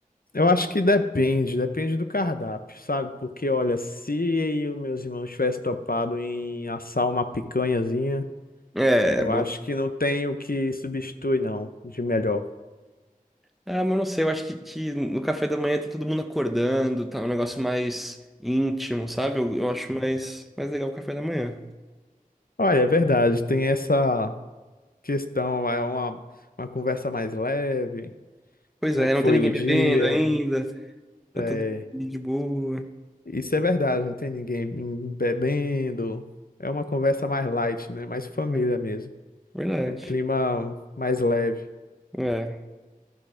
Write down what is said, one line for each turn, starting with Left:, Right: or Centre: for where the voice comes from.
Left: Eu acho que depende, depende do cardápio, sabe? Porque, olha, se eu meus irmãos tivessem topado em assar uma picanhazinha,
Centre: É,
Left: eu
Centre: bom.
Left: acho que não tem o que substitui, não, de melhor.
Centre: Ah, mas não sei, eu acho que, que no café da manhã tá todo mundo acordando, tá um negócio mais íntimo, sabe? Eu, eu acho mais, mais legal o café da manhã.
Left: Olha, é verdade, tem essa questão, é uma, uma conversa mais leve,
Centre: Pois
Left: como
Centre: é,
Left: é que
Centre: não
Left: foi
Centre: tem ninguém
Left: o dia,
Centre: bebendo ainda, tá
Left: é,
Centre: todo mundo de boa.
Left: isso é verdade, não tem ninguém bebendo, é uma conversa mais light, né? Mais família
Centre: É,
Left: mesmo,
Centre: verdade.
Left: é um clima mais leve.
Centre: É,